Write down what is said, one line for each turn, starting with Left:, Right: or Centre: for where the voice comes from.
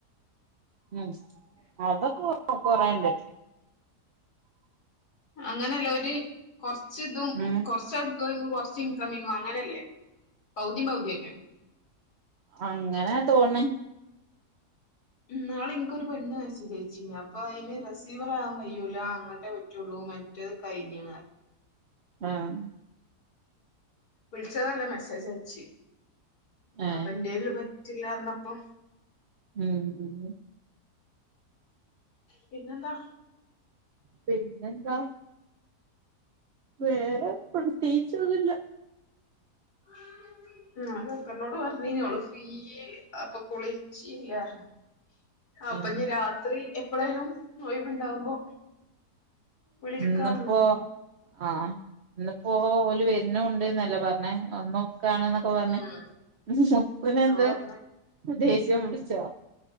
Right: ഉം അദൊക്കെ കൊറേണ്ട്
Left: അങ്ങനെല്ല ഒര് കൊറച്ച് ദും
Right: ഉം
Left: കൊറച്ച് അഹ്ട്ക്ക ലും കുറച്ച് ഇൻകമിങ്ങോ അങ്ങനെല്ലേ പൗതിം പൗതിം അല്ലേ
Right: അങ്ങനെ തോണ്
Left: !!!!!!!!!!!!!!!!!!!
Right: ആഹ്
Left: വിള്ച്ചതല്ല മെസ്സേജ് അയച്ച്
Right: ഏഹ്
Left: അപ്പ എന്റെല് പ പറ്റില്ലാർന്നപ്പോ
Right: ഉം ഉം
Left: പിന്നെന്താ?
Right: പിന്നെന്താ? വേറെ പ്രത്യേകിച്ച് ഒന്നുല്ല
Left: <inaudible> ഞാൻ കക്കറിനോട് പറഞ്ഞിനു അവള് ഫ്രീയ് അപ്പ കുളിച്ചില്ല പറഞ്ഞ് അപ്പ
Right: ആഹ്
Left: ഇഞ്ഞി രാത്രി എപ്പളെലും ഒഴിവുണ്ടാവുമ്പോ വിളിക്കാർഞ്ഞ്ണ്.
Right: ഇന്നിപ്പോ ആഹ് ഇന്ന്പ്പോ ഓല് വര്നുംണ്ട്ന്നല്ലെ പറഞ്ഞേ വന്ന്നിക്കാണ് എന്നൊക്കെ പറഞ്ഞെ
Left: ഉം
Right: മുത്തുന് എന്താ
Left: അത് പറഞ്ഞ്
Right: ദേഷ്യം പ്ടിച്ചോ